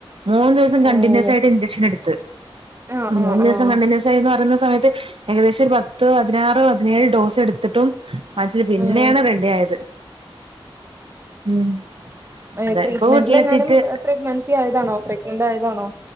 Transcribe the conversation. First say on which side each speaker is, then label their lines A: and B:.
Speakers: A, on the right; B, on the right.
A: മൂന്ന് ദിവസം
B: ഓഹ്
A: കണ്ടിന്യൂസ് ആയിട്ട് ഇഞ്ചക്ഷൻ എടുത്ത്
B: ആഹ് ആഹ്
A: മൂന്ന്
B: ആഹ്
A: ദിവസം കണ്ടിന്യൂസ് ആയിന്ന് പറഞ്ഞാ സമയത്ത് ഏകദേശം ഒരു പത്ത് പതിനാറ് പതിനേഴ് ഡോസ് എടുത്തിട്ടും മറ്റത് പിന്നേണ്
B: ആഹ്
A: റെഡി ആയത് ഉം
B: ഏ
A: അതെ
B: ട്രീറ്റ്മെന്റ്ലെങ്ങാനും
A: ഇപ്പൊ വീട്ടിലെത്തിട്ട്
B: പ്രെഗ് നൻസി ആയതാണോ പ്രഗ്നന്റ് ആയതാണോ